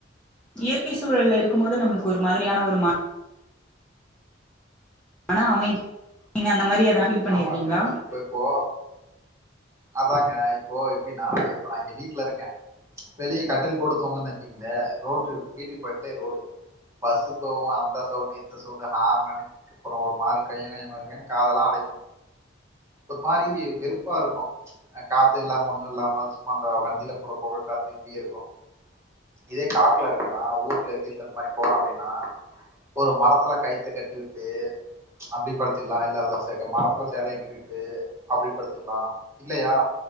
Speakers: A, in the centre; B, on the right.
A: இயற்கை சூழல்ல இருக்கும்போது நம்மளுக்கு ஒரு மாதிரியான ஒரு மா ஆனா அமைதி நீங்க அந்த மாரி எதனா ஃபீல் பண்ணிருக்கீங்களா
B: ஆமாங்க இ ப்போ இப்போ அதாங்க இப்போ எப்டினா இப்போ நா இங்க வீட்ல இருக்க வெளிய கட்டல் போட்டு தூங்கன்னு வெச்சுங்ளே ரோட்டு வீட்டு பக்கத்லயே ரோடு பஸ்ஸு போவு அந்த சவுண்டு இந்த சவுண்டு ஹாரனனு அப்றோ ஒரு மாரி கொயங் கொயங் கொயங் கொயங்ன் காதெல்லா அடைக் ஒரு மாரி வெறு ப்பாருக்கு அ காத்து இல்லாம ஒண்ணு இல்லாம சும்மா அந்த வண்டில போற பொகக் காத்து இப்டியே இருக்கு இதே காட்ல இருக்கன்னா ஊர்ல கீர்ல இந்த மாரி போறோ அப்டின்னா ஒரு மரத்துல கயித்த கட்டி விட்டு அப்டி படுத்துக்லா இல்ல அதுல சா எங்க மரத்துல சேலய கட்டிவுட்டு அப்டி படுத்துக்லா இல்லயா